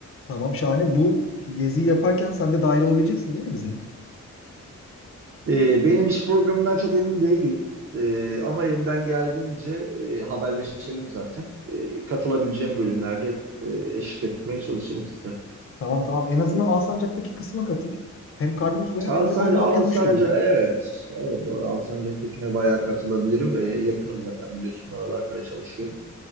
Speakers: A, on the left (about 50°); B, on the right (about 50°).
A: Tamam şahane. Bu geziyi yaparken sen de dahil olabileceksin değil mi bize?
B: Ee, benim iş programından çok emin değilim. Ee, ama elimden geldiğince e, haberleşelim zaten. Ee, katılabileceğim bölümlerde hep e, eşlik etmeye çalışırım size.
A: Tamam tamam. En azından Alsancak'taki kısma katıl. Hem karnımız doyar
B: Alsancak,
A: hem de bol bol
B: Alsancak
A: gezmiş oluruz.
B: evet. Evet doğru Alsancak'takine bayağı katılabilirim. Ee, yakınım zaten biliyorsun oralarda çalışıyorum.